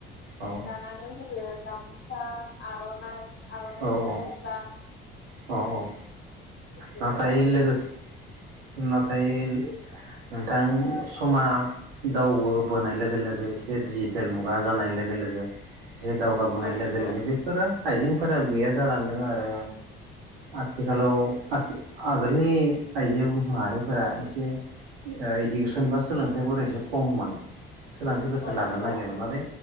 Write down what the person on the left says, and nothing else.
दानानानै होयो गामसा आर'नाय आर'नाइनि
गसला
थिग बेफोरबायदि।
औ
नंगौ
औ
नंगौ